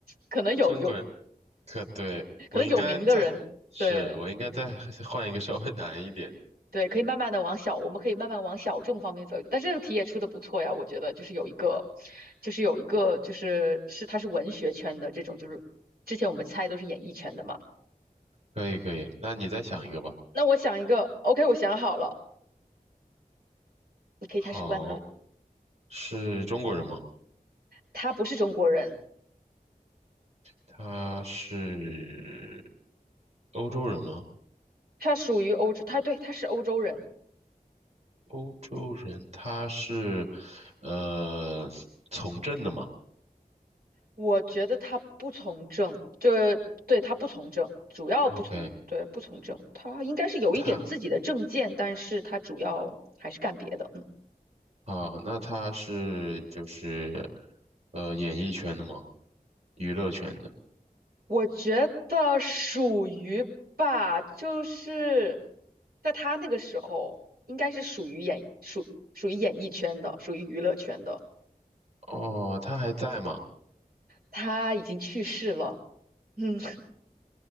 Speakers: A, on the right (about 80°); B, on the right (about 45°).
A: 可能有有
B: 中国人可对，
A: 可能有名的人，
B: 我应该再，是，
A: 对，
B: 我应该再换一个稍微难一点。
A: 嗯。对，可以慢慢的往小，我们可以慢慢往小众方面走一走。但这个题也出的不错呀，我觉得就是有一个，就是有一个，就是是他是文学圈的这种，就是之前我们猜都是演艺圈的嘛。
B: 可以，可以，那你再想一个吧。
A: 那我想一个，OK，我想好了，你可以开始问啦。
B: 好，是中国人吗？
A: 他不是中国人，
B: 他是欧洲人吗？
A: 他属于欧洲，他对，他是欧洲人。
B: 欧洲人，他是呃从政的吗
A: 我觉得他不从政，这对他不从政，主要不从，
B: ？OK，
A: 对，不从政。他应该是有一点自己的政见，
B: 他
A: 但是他主要还是干别的。嗯。
B: 啊，那他是就是呃演艺圈的吗？娱乐圈的。
A: 我觉得属于吧，就是在他那个时候，应该是属于演属属于演艺圈的，属于娱乐圈的。
B: 哦，他还在吗？
A: 他已经去世了，嗯，<laughs>